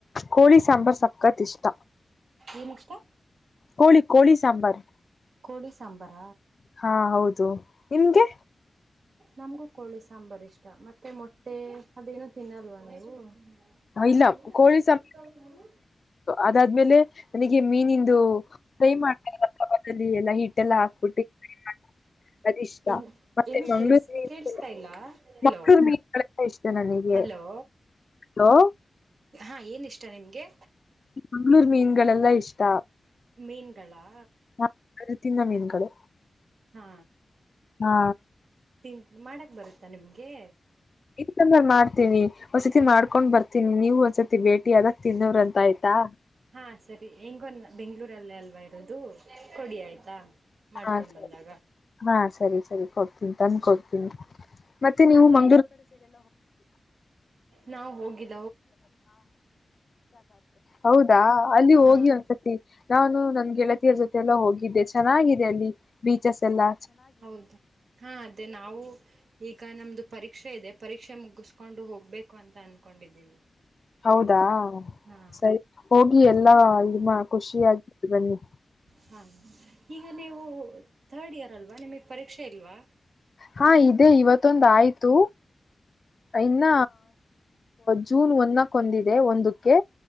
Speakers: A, on the left; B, on the right.
A: ಕೋಳಿ ಸಾಂಬಾರ್ ಸಕತ್ ಇಷ್ಟ.
B: ಏನಷ್ಟಾ
A: ಕೋಳಿ ಕೋಳಿ ಸಾಂಬಾರ್
B: ಕೋಳಿ ಸಾಂಬಾರ.
A: ಹಾ ಹೌದು ನಿಮ್ಗೆ.
B: ನಮಗೂ ಕೋಳಿ ಸಾಂಬಾರ ಇಷ್ಟ ಮತ್ತೆ ಮೊಟ್ಟೆ ಅದೇನು ತಿನ್ನಲ್ವಾ ನೀವು.
A: ಇಲ್ಲ
B: ನಮ್ಮ
A: ಕೋಳಿ
B: ಎಷ್ಟು ಕೇಳತಾವ್ರೆ
A: ಸಾಂಬಾರ್
B: ನೋಡು
A: ಅದಾದ್ಮೇಲೆ ನನಿಗೆ ಮೀನಂದು ಪ್ರೈ ಮಾಡ್ತರಲ್ಲ ಗೊತ್ತಾ ಅದ್ರಲ್ಕ್ ಎಲ್ಲ ಹಿಟ್ಟೆಲ್ಲ ಹಾಕ್ಬಿಟ್ಟಿ. <inaudible> ಅದಿಷ್ಟ
B: ಏನ್
A: ಮತ್ತೆ
B: ಏನು
A: ಮಂಗಳೂರು
B: ಕೇಳಸ್
A: ಮೀನ್
B: ಕೇಳಿಸ್ತಾ ಇಲ್ಲ
A: <inaudible>
B: ಹಲೋ
A: ಮಂಗಳೂರು ಮೀನ್ ಇಷ್ಟು ನನಗೆ
B: ಹಲೋ
A: ಹಲೋ
B: ಹಾ ಏನ ಇಷ್ಟ ನಿಮ್ಗೆ.
A: ಮಂಗ್ಗಳೂರು ಮೀನ್ಗಳೆಲ್ಲ ಇಷ್ಟ
B: ಮೀನ್ಗಳಾ
A: ಹ ಅರುತಿನ ಮೀನುಗಳು
B: ಹಾ
A: ಹಾ
B: ತಿನ್ ಮಾಡಕ್ಕೆ ಬರುತ್ತಾ ನಿಮಗೆ
A: ಇಂದ ಮಾಡ್ತೀನಿ ಒಂದ್ಸತಿ ಮಾಡ್ಕೊಂಡ್ ಬರ್ತೀನಿ ನೀವು ಒಂದ್ಸರ್ತಿ ಭೇಟಿ ಅದಕ್ ತಿನ್ನೋ್ರಂತ ಆಯ್ತಾ
B: ಹಾ ಸರಿ ಹೆಂಗೊಂದು ಬೆಂಗ್ಗಳೂರಲ್ಲಲ್ಲೆ ಅಲ್ವಾ ಇರೋದು ಕೊಡಿ ಆಯ್ತಾ. ಮಾಡ್ಕೊಂಡು
A: ಹಾ ಸರಿ
B: ಬಂದಾಗಾ.
A: ಹಾ ಸರಿ ಸರಿ ಕೊಡ್ತೀನಿ ತಂದ ಕೊಡ್ತೀನಿ ಮತ್ತೆ ನೀವು ಮಂ.
B: ನಾ ಹೋಗಿದ್ದ
A: ಹೌದಾ ಅಲ್ಲಿ
B: ಹಾ
A: ಹೋಗಿ ಒಂದ್ಸತಿ ನಾನು ನನ್ ಗೆಳತಿಯರ ಜೊತೆಯಲ್ಲ ಹೋಗಿದ್ದೆ ಚೆನ್ನಾಗಿದೆ ಅಲ್ಲಿ ಬೀಚಸ್ ಎಲ್ಲಾ.
B: ಹೌದು ಹಾ ಅದೇ ನಾವು ಈಗ ನಮ್ದು ಪರೀಕ್ಷೆ ಇದೆ ಪರೀಕ್ಷೆ ಮುಗಿಸ್ಕೊಂಡು ಹೋಗ್ಬೇಕು ಅಂತ ಅನ್ಕೊಂಡಿದ್ದೀವಿ
A: ಹೌದಾ
B: ಹಾ
A: ಸರಿ ಹೋಗಿ ಎಲ್ಲಾ ನಿಮ್ಮ ಖುಷಿ ಆಗ ಬನ್ನಿ
B: ಹಾ ಈಗ ನೀವು ಥರ್ಡ್ ಇಯರ್ ಅಲ್ವಾ ನಿಮಗ್ ಪರೀಕ್ಷೆ ಇಲ್ವಾ
A: ಹಾ ಇದದೆ ಇವತ್ತೊಂದ್ ಆಯ್ತು ಇನ್ನ ಜೂನ್ ಒಂದಕ್ ಹೊಂದಿದೆ ಒಂದಕ್ಕೆ